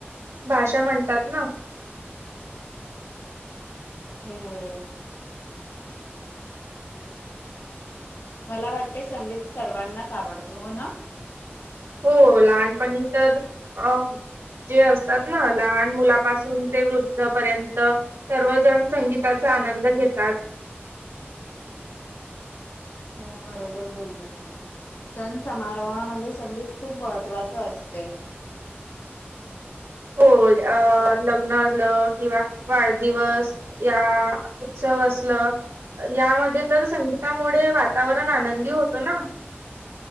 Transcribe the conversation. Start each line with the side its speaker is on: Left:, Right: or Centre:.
Right: भाषा म्हणतात ना.
Left: हम्म. मला वाटते संगीत सर्वांनाच आवडतो हो ना?
Right: हो लहानपणी तर अ जे असतात ना लहान मुलापासून ते वृद्धपर्यंत सर्वजण संगीताचा आनंद घेतात.
Left: हो बरोबर बोली तू. सण समारोहामध्ये संगीत खूप महत्वाचं असते.
Right: हो अ लग्न असलं किंवा वाढदिवस या उत्सव असलं यामध्ये तर संगीतामुळे वातावरण आनंदी होत ना.